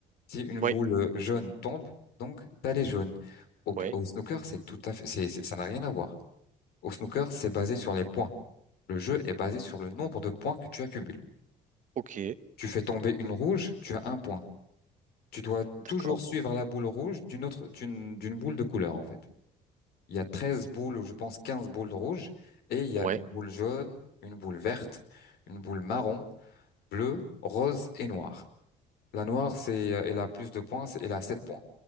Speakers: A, on the left; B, on the right.
A: Si une
B: Ouais,
A: boule euh, jaune tombe, donc t'as les jaunes. Au, bi-
B: ouais,
A: au snooker, c'est tout à fait, c'est, c'est- ça n'a rien à voir. Au snooker, c'est basé sur les points. Le jeu est basé sur le nombre de points que tu accumules.
B: ok,
A: Tu fais tomber une rouge, tu as un point. Tu dois
B: d'accord.
A: toujours suivre la boule rouge d'une autre, d'une, d'une boule de couleur, en fait. Il y a 13 boules, ou je pense 15 boules rouges, et il y
B: Ouais.
A: a une boule jaune, une boule verte, une boule marron, bleue, rose et noire. La noire, c'est, euh, elle a plus de points, c'est- elle a 7 points.